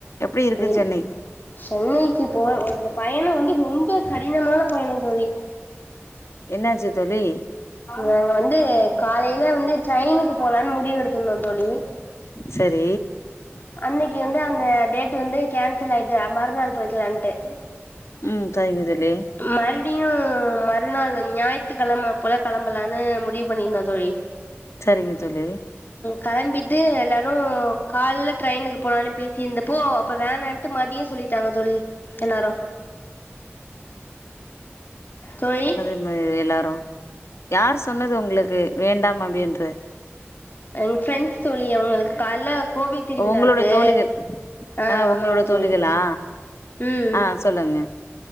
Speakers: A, on the left; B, on the left.
A: எப்டி இருக்கு
B: பெரி
A: சென்னை
B: சென்னைக்கு போ இந்த பயணம் வந்து ரொம்ப கடினமான பயணம் தோழி
A: என்னாச்சு தோழி
B: நாங்க வந்து காலையில வந்து ட்ரெயினுக்கு போலான்னு முடிவு எடுத்திருந்தோ தோழி
A: சரி
B: அன்னைக்கு வந்து அந்த டேட் வந்து கேன்சல் ஆயிட்டு மறுநாள் போய்க்கலான்ட்டு
A: ம் சரிங்க தோழி
B: மறுபடியு மறுநாள் ம் ஞாயித்துக்கிழம போல கிளம்பலான்னு முடிவு பண்ணியிருந்தோ தோழி
A: சரிங்க தோழி
B: கெளம்பிட்டு எல்லாரும கால்ல ட்ரெயினுக்கு போனான்னு பேசிருந்தப்போ அப்போ வேன் ஆ இட்டு மாதியே சொல்லிட்டாங்க தோழி எல்லாரு தோழி
A: வ எல்லாரு யார் சொன்னது உங்களுக்கு வேண்டாம் அப்டின்ற
B: எங்க ஃப்ரெண்ட்ஸ் தோழி அவங்களுக்கு கால்ல கோவில் திருவிழா
A: உங்களுடைய
B: இருக்கு
A: தோழிகள்
B: அ
A: ஆ
B: ஆமாங்க
A: உங்களோட
B: தோழி
A: தோழிகளா
B: ம்
A: ஆ சொல்லுங்க